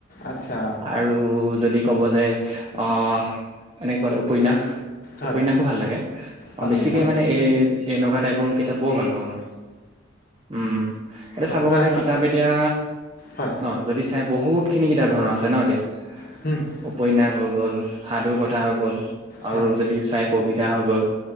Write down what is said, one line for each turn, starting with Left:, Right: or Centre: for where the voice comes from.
Left: আচ্ছা
Right: আৰু যদি ক'ব যায় আহ এনেকুৱা উপন্যাস।
Left: হয়
Right: উপন্যাসো ভাল লাগে, অ
Left: ভাল
Right: বেছিকে
Left: লাগে ন
Right: মানে এ এনেকুৱা টাইপৰ মোৰ কিতাপ বৰ ভাল পাওঁ মই, উম উম এতিয়া চাব
Left: আপোনাৰ
Right: গ'লে
Left: সাত
Right: কিতাপ এতিয়া
Left: হয়
Right: ন যদি চাই বহুত খিনি কিতাপ ধৰণৰ আছে ন এতিয়া।
Left: <unintelligible>
Right: উপন্যাস হৈ গ'ল, সাধুৰ কথা হৈ গ'ল,
Left: হয়
Right: আৰু যদি চাই কবিতা হৈ গ'ল।